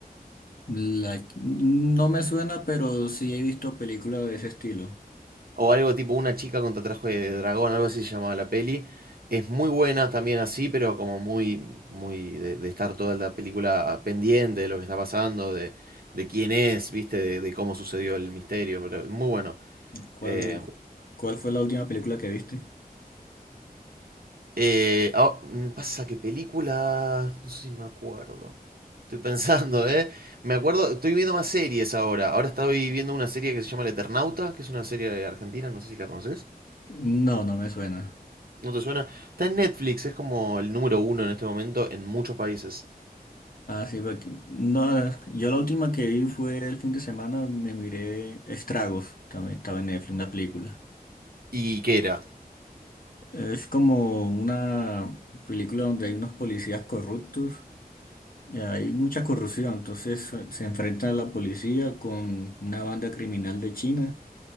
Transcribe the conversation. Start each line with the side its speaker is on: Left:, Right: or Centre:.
Left: La- No me suena, pero sí he visto películas de ese estilo.
Right: O algo tipo una chica contra traje de dragón, algo así se llamaba la peli. Es muy buena también así, pero como muy, muy de, de estar toda la película pendiente de lo que está pasando, de, de quién es, viste, de, de cómo sucedió el misterio, pero muy bueno.
Left: ¿Cuál,
Right: Eh,
Left: cuál fue la última película que viste?
Right: eh, ah, mm, pasa que película, no sé si me acuerdo. Estoy pensando, ¿eh? Me acuerdo, estoy viendo más series ahora. Ahora estoy viendo una serie que se llama El Eternauta, que es una serie argentina, no sé si la conoces.
Left: No, no me suena.
Right: ¿No te suena? Está en Netflix, es como el número uno en este momento en muchos países.
Left: Ah, sí, porque- no, yo la última que vi fue el fin de semana, me miré Estragos, también estaba en Netflix, una película.
Right: ¿Y qué era?
Left: Es como una película donde hay unos policías corruptos y hay mucha corrupción, entonces se se enfrentan a la policía con una banda criminal de China.